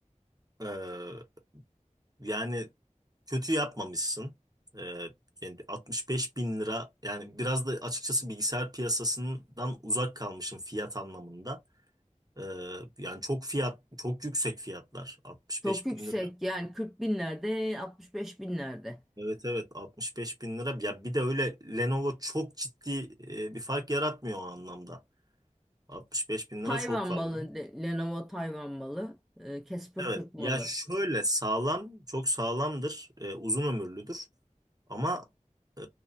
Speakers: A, on the right; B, in the centre.
A: Ee, yani kötü yapmamışsın. Ee, yani 65 bin lira yani biraz da açıkçası bilgisayar piyasasından uzak kalmışım fiyat anlamında. Ee, yani çok fiyat çok yüksek fiyatlar 65
B: Çok yüksek
A: bin lira.
B: yani 40 binlerde 65 binlerde.
A: Evet evet 65 bin lira. Ya bir de öyle Lenovo çok ciddi e, bir fark yaratmıyor o anlamda. 65 bin
B: Tayvan
A: lira çok fazla.
B: malı de- Lenovo Tayvan malı e, Casper
A: Evet.
B: Türk malı.
A: Ya şöyle sağlam, çok sağlamdır, e, uzun ömürlüdür. Ama e,